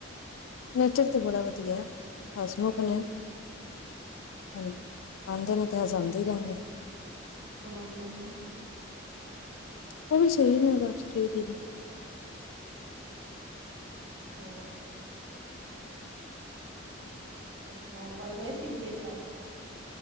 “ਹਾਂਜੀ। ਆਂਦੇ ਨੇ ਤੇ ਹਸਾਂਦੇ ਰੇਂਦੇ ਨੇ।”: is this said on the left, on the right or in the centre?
Left